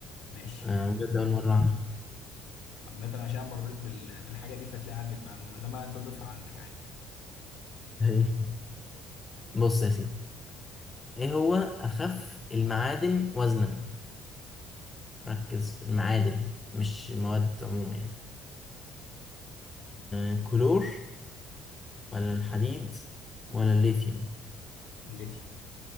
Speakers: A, on the left (about 75°); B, on the left (about 20°).
A: ماشي
B: آه، بجد اول مره
A: <laughs> عامة عشان مريت بال- بالحاجة دي فتلاقي عندي المعلومة انما انت ضيفها عندك عادي
B: اعرف <laughs> بص يا سيدي ايه هو اخف المعادن وزنا ركز المعادن مش المواد عموما يعني الكلور ولا الحديد ولا الليثيوم
A: الليثيوم